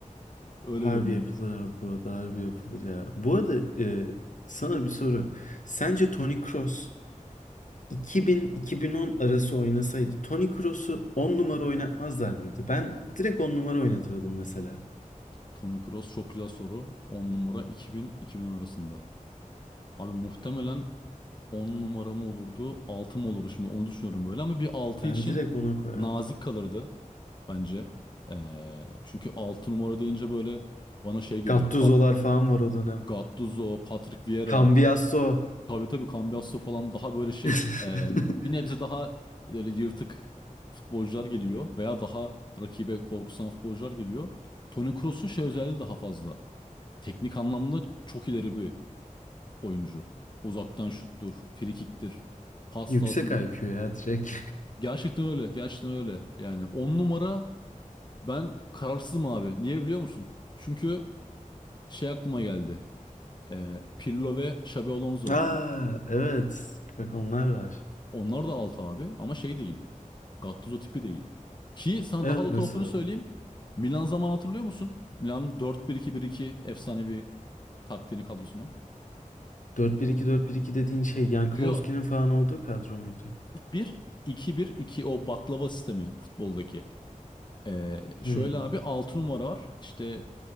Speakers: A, on the left; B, on the left.
A: <laughs>
B: Öyle
A: Harbi
B: görünüyor.
A: yapılır abi bu arada harbi yapılır ya. Bu arada e, sana bir soru. Sence Toni Kroos 2000-2010 arası oynasaydı Toni Kroos'u 10 numara oynatmazlar mıydı? Ben direkt 10 numara oynatırdım mesela.
B: Tony Kroos çok güzel soru. 10 numara 2000-2010 arasında. Abi muhtemelen 10 numaramı olurdu, 6 mı olurdu şimdi onu düşünüyorum böyle ama bir 6
A: Ben
B: için
A: direkt ona koyardım.
B: nazik kalırdı bence. Ee, çünkü 6 numara deyince böyle bana şey geliyor.
A: Gattuso'lar
B: Pat
A: falan var o dönem.
B: Gattuso, Patrick Vieira,
A: Cambiasso.
B: tabii tabii Cambiasso falan daha böyle şey
A: <laughs>
B: ee, bir nebze daha böyle yırtık futbolcular geliyor veya daha rakibe korkusan futbolcular geliyor. Toni Kroos'un şey özelliği daha fazla. Teknik anlamda çok ileri bir oyuncu. Uzaktan şuttur, frikiktir, pas
A: Yüksek
B: dağıtımıdır.
A: IQ ya direkt.
B: Gerçekten öyle, gerçekten öyle. Yani 10 numara ben kararsızım abi. Niye biliyor musun? Çünkü şey aklıma geldi. Ee, Pirlo ve Xabi Alonso.
A: <laughs> Aa evet. Bak onlar var.
B: Onlar da 6 abi ama şey değil. Gattuso tipi değil. Ki sana
A: Evet
B: daha da tuhafını
A: mesela
B: söyleyeyim. Milan zaman hatırlıyor musun? Milan dört bir iki bir iki efsanevi taktiğini kadrosunu.
A: Dört bir iki dört bir iki dediğin şey Yanklowski'nin
B: Yo yo
A: falan olduğu kadro muydu?
B: 4-1-2-1-2 o baklava sistemi futboldaki. Ee, şöyle
A: Hmm.
B: abi 6 numara var. işte